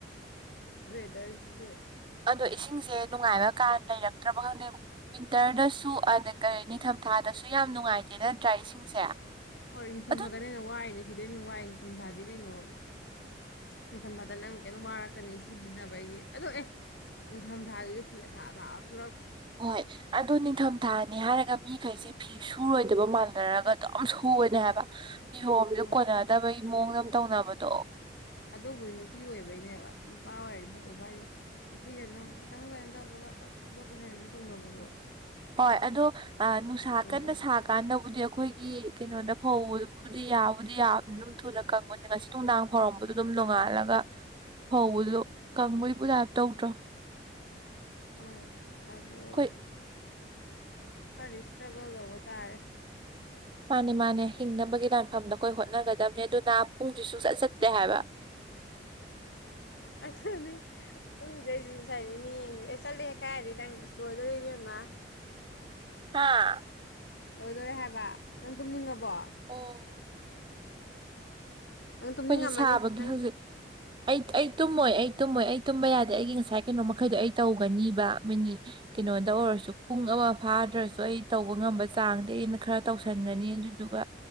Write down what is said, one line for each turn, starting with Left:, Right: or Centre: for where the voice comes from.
Left: ꯋꯦꯗꯔꯁꯤꯁꯨ
Right: ꯑꯗꯣ ꯏꯁꯤꯡꯁꯦ ꯅꯨꯡꯉꯥꯏꯕ ꯀꯥꯟ ꯂꯩꯔꯛꯇ꯭ꯔꯕ ꯈꯪꯗꯦ ꯎꯝ ꯋꯤꯟꯇꯔꯗꯁꯨ ꯑꯗ ꯀꯔꯤ ꯅꯤꯡꯊꯝꯊꯥꯗꯁꯨ ꯌꯥ ꯌꯥꯝ ꯅꯨꯡꯉꯥꯏꯇꯦ ꯅꯠꯇ꯭ꯔꯥ ꯏꯁꯤꯡꯁꯦ
Left: ꯍꯣꯏ ꯅꯤꯡꯊꯝ
Right: ꯑꯗꯨ
Left: ꯊꯥꯗꯅ ꯍꯦꯟꯅ ꯋꯥꯏꯅꯦ ꯁꯤꯗꯩ ꯍꯦꯟꯅ ꯋꯥꯏꯅꯦ ꯅꯤꯡꯊꯝꯊꯥꯗꯤ ꯀꯩꯅꯣ ꯅꯤꯡꯊꯝꯊꯥꯗ ꯅꯪ ꯀꯩꯅꯣꯝ ꯋꯥꯔꯛꯀꯅꯤ ꯁꯤꯖꯤꯟꯅꯕꯒꯤ ꯑꯗꯣ ꯑꯦ ꯅꯤꯡꯊꯝꯊꯥꯒꯤꯁꯨ ꯐꯤ ꯑꯊꯥ ꯑꯊꯥ ꯑ
Right: ꯍꯣꯏ ꯑꯗꯨ ꯅꯤꯡꯊꯝ ꯊꯥꯅꯤ ꯍꯥꯏꯔꯒ ꯃꯤꯈꯩꯁꯦ ꯐꯤ ꯁꯨꯔꯣꯏꯗꯕ ꯃꯥꯥꯟꯅꯔꯒ ꯑꯗꯨꯝ ꯁꯨꯅꯦ ꯍꯥꯏꯕ꯫ <unintelligible>
Left: ꯍꯣꯏ
Right: ꯀꯣꯟꯅꯗꯕꯒꯤ ꯃꯑꯣꯡꯗ ꯇꯧꯅꯕꯗꯣ꯫
Left: ꯑꯗꯨꯕꯨꯗꯤ ꯅꯨꯄꯤ ꯑꯣꯏꯕꯩꯅꯦꯕ ꯅꯨꯄꯥ ꯑꯣꯏꯔꯗꯤ ꯐꯗꯧꯕ ꯍꯥꯏꯗꯤ ꯅꯨꯄꯤꯅ ꯑꯗꯨꯝ ꯈꯤꯇꯪ ꯀꯩꯅꯣ ꯇꯧꯕꯒ ꯑꯁ ꯁꯨꯗꯣꯛꯀꯦ ꯍꯦꯇꯧꯅꯕꯗꯣ꯫
Right: ꯍꯣꯏ ꯑꯗꯣ ꯅꯨꯡꯁꯥ ꯀꯟꯅ
Left: ꯇꯧꯕꯗꯣ
Right: ꯁꯥꯀꯥꯟꯗꯕꯨꯗꯤ ꯑꯩꯈꯣꯏꯒꯤ ꯀꯩꯅꯣꯗ ꯐꯧ ꯐꯕꯨꯗꯤ ꯌꯥꯕꯨꯗꯤ ꯌꯥꯕꯅꯤ ꯑꯗꯨꯝ ꯊꯨꯅ ꯀꯪꯕꯅꯤ ꯉꯁꯤ ꯅꯨꯡꯗꯥꯡ ꯐꯥꯎꯔꯝꯕꯗꯨ ꯑꯗꯨꯝ ꯅꯣꯡꯉꯥꯜꯂꯒ ꯐꯧꯕꯗꯨ ꯀꯪꯕꯒꯤ ꯄꯨꯖꯥ ꯇꯧꯗ꯭ꯔꯣ꯫
Left: ꯍꯣꯏ꯫ <unintelligible>
Right: ꯑꯩꯈꯣꯏ
Left: ꯈꯔ ꯏꯁꯇ꯭ꯔꯒꯜ ꯇꯧꯕ ꯇꯥꯔꯦ꯫
Right: ꯃꯥꯅꯦ - ꯃꯥꯅꯦ ꯍꯤꯡꯅꯕꯒꯤ ꯂꯥꯟꯐꯝꯗ ꯑꯩꯈꯣꯏ ꯍꯣꯏ <unintelligible> ꯑꯗꯨꯅꯥ ꯄꯨꯡꯁꯨ ꯁꯨꯡꯆꯠ ꯆꯠꯇꯦ ꯍꯥꯏꯕ꯫
Left: ꯑꯗꯨꯗꯤ ꯄꯨꯡꯗ ꯑꯩꯁꯤ ꯁꯨꯥꯏꯗꯒꯤꯅꯦ ꯌꯦꯡꯒ ꯑꯦ ꯆꯠꯂꯦ ꯈꯥꯏꯔꯗꯤ ꯅꯪ ꯏꯁ ꯂꯣꯏꯗꯣꯔꯦ ꯏꯕꯦꯝꯃ ꯫
Right: ꯍꯥꯥ?
Left: ꯂꯣꯏꯗꯣꯏꯣꯔꯦ ꯍꯥꯏꯕ ꯅꯪ ꯇꯨꯝꯅꯤꯡꯉꯕꯣ?
Right: ꯑꯣ꯫
Left: ꯅꯪ ꯇꯨꯝꯅꯤꯡꯉꯝꯃꯅꯤ
Right: ꯑꯩꯈꯣꯏꯖꯤ ꯁꯥꯕꯒꯤ
Left: ꯅꯪ
Right: ꯍꯧꯖꯤꯛ ꯑꯩ ꯑꯩ ꯇꯨꯝꯃꯣꯏ ꯑꯩ ꯇꯨꯝꯃꯣꯏ ꯑꯩ ꯇꯨꯝꯕ ꯌꯥꯗꯦ ꯑꯩꯒꯤ ꯉꯁꯥꯏ ꯀꯩꯅꯣ ꯃꯈꯩꯗꯣ ꯑꯩ ꯇꯧꯒꯅꯤꯕ ꯃꯤꯅꯤꯠ ꯀꯩꯅꯣꯗ ꯑꯣꯏꯔꯁꯨ ꯄꯨꯡ ꯑꯃ ꯐꯥꯗ꯭ꯔꯁꯨ ꯑꯩ ꯇꯧꯕ ꯉꯝꯕ ꯆꯥꯡꯗꯤ ꯑꯩꯅ ꯈꯔ ꯇꯧꯁꯟꯒꯅꯤ ꯑꯗꯨꯗꯨꯒ